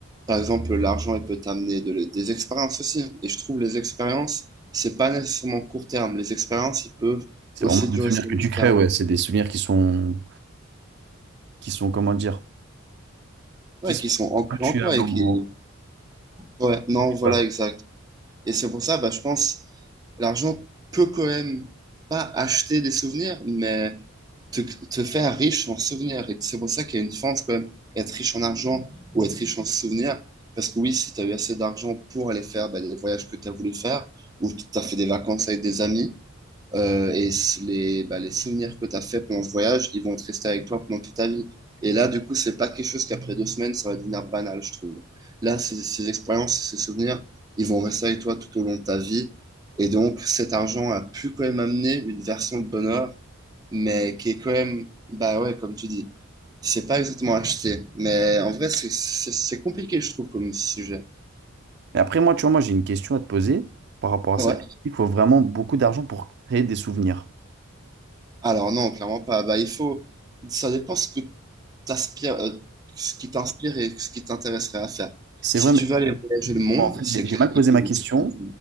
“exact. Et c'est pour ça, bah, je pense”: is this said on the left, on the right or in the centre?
Right